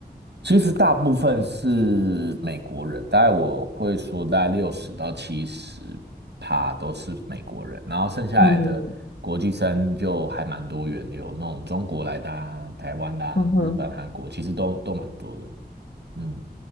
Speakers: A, on the right; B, on the left.
A: 其实大部分是美国人，大概我会说大概六十到七十趴都是美国人，然后剩下来的国际生就还蛮多元的，
B: 嗯
A: 有那种中国来的啊、台湾的啊、
B: 嗯哼，
A: 日本、韩国，其实都都蛮多的。嗯。